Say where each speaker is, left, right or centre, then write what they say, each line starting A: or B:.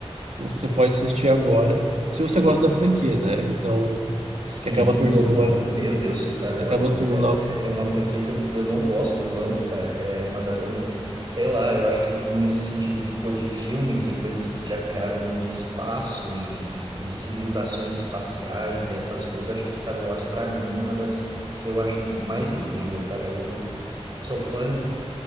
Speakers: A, on the right; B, on the right.
A: Você pode assistir agora, se você
B: não,
A: gosta da franquia, né? Então,
B: Sim,
A: que acaba tornando
B: claro,
A: uma,
B: meu Deus, Star
A: acaba
B: Wars
A: se tornando
B: é,
A: algo
B: é é uma franquia que eu, eu não gosto, eu amo, cara. É uma das, eu não- sei lá, eu acho que nesse sentido de, co- de filmes e coisas que já criaram no- de espaço e, e de civilizações espaciais e essas coisas, acho que Star Wars pra mim é uma das que eu acho mais incrível, cara. Eu sou fã